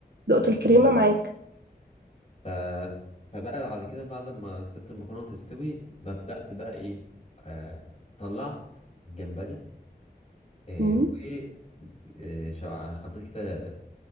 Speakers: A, on the right; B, on the left.
A: دقت الكريمه معاك
B: ف فبقى بعد كده بعد ما سبت المكرونه تستوي بدات بقى ايه آه، طلعت الجمبري آه،
A: مم.
B: و آه، شع- حطيت كده